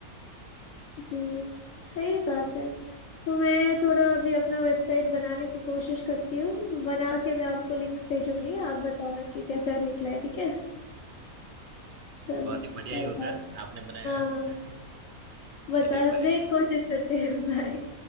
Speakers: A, on the left (about 65°); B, on the right (about 55°).
A: जी सही बात है तो मैं थोड़ा अभी अपना वेबसाइट बनाने की कोशिश करती हूँ बना के मैं आपको लिंक
B: जी,
A: भेजूंगी
B: बिल्कुल।
A: आप बताना कि कैसा निकला है ठीक है चलो
B: बहुत ही बढ़िया
A: Bye
B: ही होगा,
A: bye
B: आपने बनाया।
A: हाँ हाँ
B: <laughs>
A: बताने
B: चलिए, बाय।
A: की कोशिश करते हैं भाई